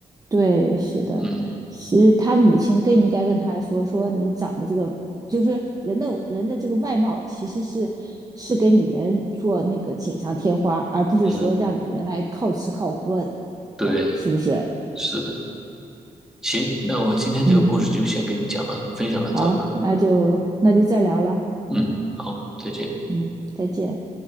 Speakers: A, on the right (about 20°); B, in the centre.
A: 对，是的，
B: 嗯
A: 其实他母亲更应该跟他说，说你长得这个，就是人的人的这个外貌，其实是是给你人做那个锦上添花，而不是说让你人来靠吃靠喝
B: 嗯，对，
A: 的，是不是？
B: 是的。行，那我今天这个故事就先跟你讲了，
A: 嗯，
B: 分享到这吧。
A: 好，那就那就再聊了，
B: 嗯，好，再见。
A: 嗯，再见。